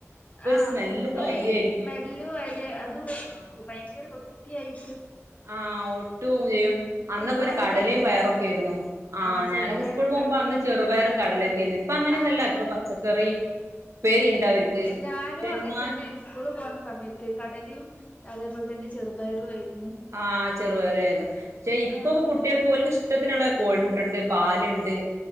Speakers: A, on the left (about 25°); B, on the right (about 70°).
A: ആ
B: സ്മെല്ലുള്ള
A: ഒര്
B: അരിയായിരിക്കും
A: സ്മെല്ലും അരി അതും അല്ല
B: ആ
A: ഭയങ്കര ഒട്ടിയായി
B: ആഹ് ഒട്ടും ചെയ്യും അന്നൊക്കെ
A: തിന്നാനും
B: പിന്നെ കടലയും
A: കഴിയൂല
B: പയറൊക്കെ ആയിരുന്നു ആ
A: ആഹ് ചെറുപയറും
B: ഞാനൊക്കെ സ്കൂൾ പോകുമ്പോ
A: കടലൊക്കെ
B: അന്ന് ചെറുപയറും കടലൊക്കെ ആരുന്നു ഇപ്പൊ അങ്ങനെയൊന്നല്ല
A: ആഹ് ഞ
B: ഇപ്പൊ പച്ചക്കറി ഉപ്പേരി ഉണ്ട് അവർക്ക് പക്ഷെ
A: ഞാനും അങ്ങനെ
B: എന്നാൽ
A: തന്നെയാള് സ്കൂള് പോണ സമയത്ത് കടലയും അതേപോലെ തന്നെ ചെറുപയറും അ
B: ആ ചെറു <unintelligible> <unintelligible> ക്ഷേ ഇപ്പൊക്കെ
A: ആഹ്
B: കുട്ടികൾക്ക് ഓല്ക്ക്‌ ഇഷ് ഷ്ട്ടത്തിനുള്ള കോഴി മുട്ട ഇണ്ട്, പാലിണ്ട്.